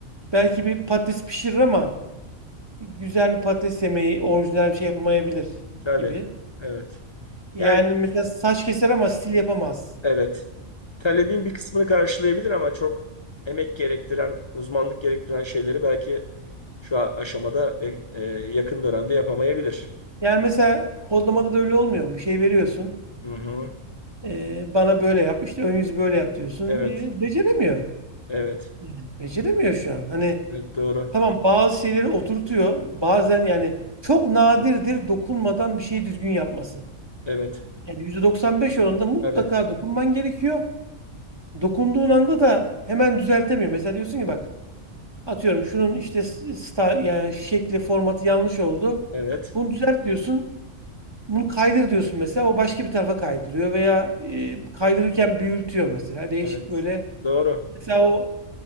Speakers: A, on the right; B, on the left.
A: belki bir patates pişirir ama güzel bir patates yemeği orijinal bir şey yapamayabilir
B: tabii.
A: gibi.
B: Evet.
A: Yani
B: Yani
A: mesela saç keser ama stil yapamaz.
B: evet. Talebin bir kısmını karşılayabilir ama çok emek gerektiren, uzmanlık gerektiren şeyleri belki şu a- aşamada ve e, yakın dönemde yapamayabilir.
A: Yani mesela kodlamada da öyle olmuyor mu? Bir şey veriyorsun.
B: Hı hı.
A: Ee, bana böyle yap, işte ön yüzü böyle yap diyorsun.
B: Evet.
A: Ee, beceremiyor.
B: Evet.
A: Yani Beceremiyor şu an. Hani
B: Evet doğru.
A: Tamam bazı şeyleri oturtuyor. Bazen yani çok nadirdir dokunmadan bir şeyi düzgün yapması.
B: Evet.
A: Yani %95 oranında mutlaka
B: Tabii.
A: dokunman gerekiyor. Dokunduğun anda da hemen düzeltemiyor. Mesela diyorsun ki bak atıyorum şunun işte s- star, yani şekli formatı yanlış oldu.
B: Evet.
A: Bunu düzelt diyorsun. Bunu kaydır diyorsun mesela. O başka bir tarafa kaydırıyor veya e, kaydırırken büyütüyor mesela. Değişik
B: Evet.
A: böyle.
B: Doğru.
A: Mesela o